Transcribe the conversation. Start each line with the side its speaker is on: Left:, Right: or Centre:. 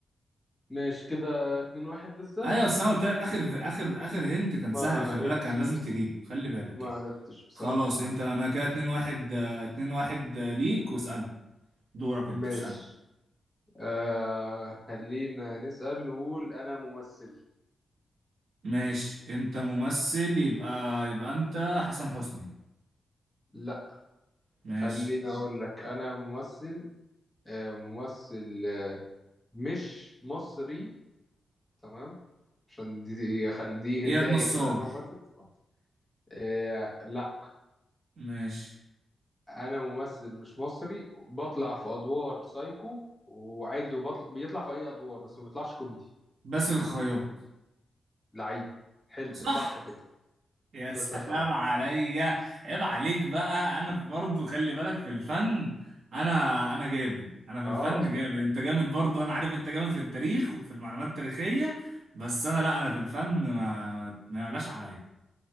Centre: ماشي كده اتنين واحد لسه
Right: ايوه بس انا قلت لك اخر اخر اخر هنت كان
Centre: ما
Right: سهل
Centre: عرفتش
Right: خلي بالك كان لازم تجيبه خلي بالك
Centre: ما
Right: يعني
Centre: عرفتش بصراحة
Right: خلاص
Centre: ما
Right: انت
Centre: عرفتش
Right: انا كده 2 1 2 1 ليك واسالني دورك
Centre: ماشي
Right: انت اسالني
Centre: آه خلينا نسأل نقول أنا ممثل
Right: ماشي انت ممثل يبقى يبقى انت حسن حسني
Centre: لا
Right: ماشي
Centre: خلينا أقول لك أنا ممثل آه ممثل آه، مش مصري تمام عشان دي دي, خل- دي
Right: اياد
Centre: هنتايه
Right: نصار
Centre: كده أنا ممثل مش مصري آه لا
Right: ماشي
Centre: انا ممثل مش مصري بطلع في ادوار سايكو وعادي وبطلع بيطلع في اي ادوار بس ما بيطلعش كوميدي
Right: باسل الخياط
Centre: لعيب حلو
Right: صح
Centre: صح كده
Right: يا سلام
Centre: بس يا خلاص
Right: عليا عيب عليك بقى انا في- برضه خلي بالك في الفن انا انا جامد انا في
Centre: اه
Right: الفن جامد انت جامد برضه انا عارف انت جامد في التاريخ وفي المعلومات التاريخية بس انا لا انا في الفن ما ما ما يعلاش عليا